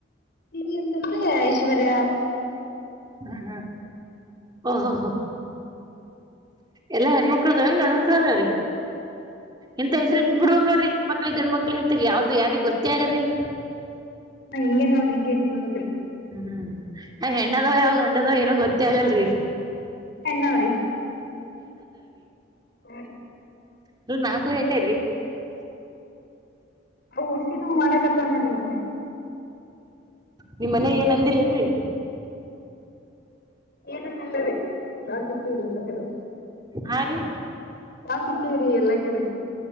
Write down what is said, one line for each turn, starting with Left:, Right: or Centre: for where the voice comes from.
Left: ರಿ ಅಂತಂದ್ರೆ ಐಶ್ವರ್ಯಾ
Right: ಹ್ಮ್ ಹ ಓಹೋ ಹ ಎಲ್ಲಾ ಹೆಣ್ಮಕ್ಳದ ಗಂಡ್ಮಕ್ಳದಾವ್ರೀ ಇಂತ
Left: ಹಿಂಗೆ
Right: ಹೆಸರಿ ಇಟ್ ಬಿಡ್ಬೇಕ ನೋಡರಿ ಹೆಣ್ಮಕ್ಳಗ್ ಗಂಡ ಮಕ್ಳ ಮಕ್ಳಿ ಅಂತ ಯಾವ್ದು ಯಾರಿಿಗೆ ಗೊತ್ತೇ ಆಗೋದಿಲ್ಲ
Left: ನಾ ಹಿಂಗೇ ನೋಡ್ರಿಂಗ ಎತ್ ನಡ್ಬೇಕ್ರಿ
Right: ಹ್ಮ್ ಹೆಣ್ಣದಾವ ಯಾವ ಗಂಡದಾವ ಏನೋ ಗೊತ್ತೇ ಆಗಲ್ರಿ
Left: ಎನ್ನ್ರೀ ಹ
Right: ನೀ ನಾಲ್ಕು ಹೆಣ್ಣೇರಿೀ
Left: ಅ ಡ್ಸಿದು ಮಾಡಕತ್ತ ನೋಡ್ರಿ ಮ
Right: ನಿಮ ಮನೆಗ್ ಏನ್ ಅಂದಿಲ್ಲೇನ್ರಿ
Left: ಏನಂಗಲ್ಲ ಹಾಕತ್ತೀರಿ ಎಲ್ಲ ಕಡೆ
Right: ಹಾ ರೀ
Left: ಹಾಕತ್ತೇರಿೀ ಎಲ್ಲ ಹಳ